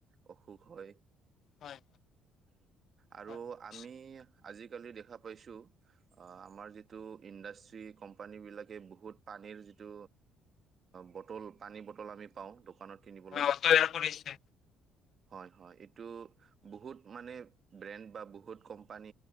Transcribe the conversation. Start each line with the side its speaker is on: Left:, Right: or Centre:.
Right: অসুখ হয়
Left: হয়
Right: আৰু
Left: হয় নিশ্চয়
Right: আমি আজিকালি দেখা পাইছোঁ আমাৰ যিটো ইণ্ডাষ্ট্ৰি কোম্পানীবিলাকে বহুত পানীৰ যিটো বটল, পানী বটল আমি পাওঁ দোকানত কিনিবলৈ,
Left: অ তৈয়াৰ কৰিছে
Right: হয় হয়, এইটো বহুত মানে ব্ৰেণ্ড বা বহুত কোম্পানী